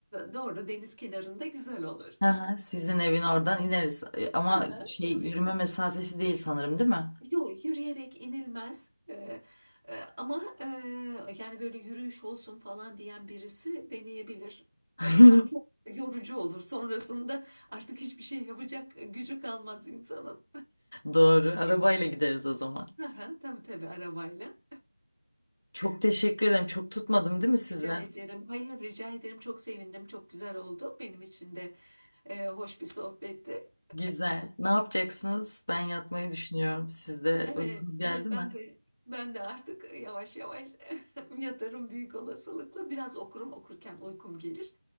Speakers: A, on the right; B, on the left.
A: Doğru deniz kenarında güzel olur.
B: Hı hı, sizin evin oradan ineriz E,
A: <laughs>
B: ama
A: Hı hı,
B: şey
A: Tabii.
B: yürüme mesafesi değil sanırım değil mi?
A: Yok yürüyerek inilmez Ee, e, ama e, yani böyle yürüyüş olsun falan diyen birisi deneyebilir.
B: <laughs>
A: E, ama çok yorucu olur. Sonrasında artık hiçbir şey yapacak gücü kalmaz insanın.
B: Doğru. Arabayla gideriz o zaman.
A: Hı hı, <laughs> Tabii tabii arabayla.
B: Çok teşekkür ederim. Çok tutmadım değil mi size?
A: Rica ederim. Hayır rica ederim. Çok sevindim. Çok güzel oldu. Benim için de e, hoş bir sohbetti.
B: Güzel. Ne yapacaksınız? Ben yatmayı düşünüyorum. Sizde
A: Evet,
B: uykunuz geldi
A: evet
B: mi?
A: ben de ben de artık yavaş yavaş <laughs> yatarım büyük olasılıkla. Biraz okurum, okurken uykum gelir.